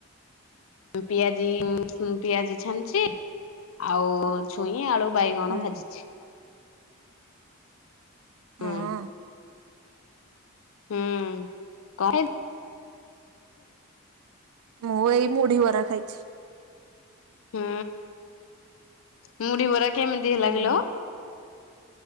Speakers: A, on the left; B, on the right.
A: ପିଆଜି ପିଆଜି ଛାଣିଛି ଆଉ ଛୁଇଁ ଆଳୁ ବାଇଗଣ
B: ହୁଁ
A: ଭାଜିଛି।
B: ହଁ।
A: ହୁଁ ହୁଁ କହ।
B: ମୁଁ ଏଇ ମୁଢି ବରା ଖାଇଛି।
A: ହୁଁ ମୁଢି ବରା କେମିତି ହେଲା
B: ହୁଁ
A: କିଲୋ?